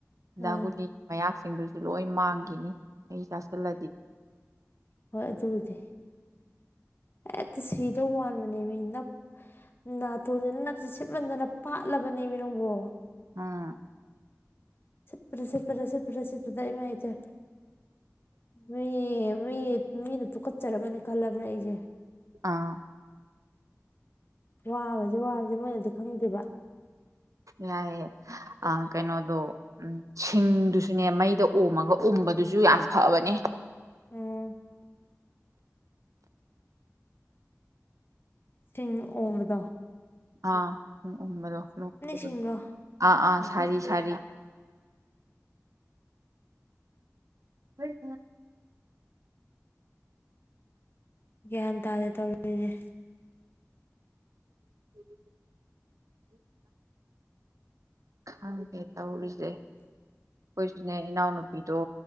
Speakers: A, on the right; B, on the left.
A: ꯍꯤꯗꯥꯛ
B: ꯑꯥ
A: ꯒꯨꯅꯤ ꯃꯌꯥꯛ ꯁꯤꯪꯗꯨ ꯂꯣꯏ ꯃꯥꯡꯈꯤꯅꯤ ꯑꯩ ꯆꯥꯁꯤꯜꯂꯗꯤ
B: ꯍꯣꯏ ꯑꯗꯨꯕꯨꯗꯤ ꯑꯦ ꯇ ꯁꯤꯗꯣ ꯃꯥꯂꯤ ꯑꯗꯨꯅꯦꯃꯤ ꯅꯞ ꯅꯥꯇꯣꯟꯁꯦ ꯅꯞ ꯁꯤꯠꯃꯟꯗꯅ ꯄꯥꯠꯂꯕꯅꯦꯃꯤ ꯅꯪꯕꯣ
A: ꯑꯥ
B: ꯄ꯭ ꯁꯤꯄ꯭ꯗ ꯁꯤꯠ ꯁꯤꯄꯗ ꯃꯥꯍꯤꯇ ꯃꯤ ꯃꯤ ꯃꯤ ꯅ ꯈꯨꯠ ꯆꯂꯥꯕꯅꯤ ꯈꯅꯜꯕꯅꯤ ꯂꯩꯏꯖ
A: ꯑꯥ
B: ꯋꯥꯕꯖ ꯋꯥꯕꯖ ꯃꯣꯏꯅꯗꯤ ꯈꯪꯗꯦꯕ
A: ꯌꯥꯑꯌꯦ ꯑ ꯀꯩꯅꯣꯗꯣ ꯎꯝ ꯁꯤꯡꯗꯨꯁꯨꯅꯦ ꯃꯩꯗ ꯑꯣꯝꯃꯒ ꯎꯝꯕꯗꯨꯁꯨ ꯌꯥꯝ ꯐꯕꯅꯦ
B: ꯎꯝ ꯁꯤꯡ ꯎꯃꯗ
A: ꯑꯥ ꯎꯝ ꯎꯝꯕꯗꯣ ꯂꯣꯛ ꯈꯨꯅꯗꯣ
B: ꯁꯤꯡꯗꯣ
A: ꯁꯔꯤ ꯁꯔꯤ ꯎꯝ ꯎꯝ
B: ꯒ꯭ꯌꯥꯟ ꯇꯥꯗꯦ ꯇꯧꯔꯤꯁꯦ
A: <unintelligible> ꯈꯪꯒꯦ ꯇꯧꯔꯤꯁꯦ ꯑꯩꯈꯣꯏꯁꯨꯅꯦ ꯏꯅꯥꯎꯅꯨꯄꯤꯗꯣ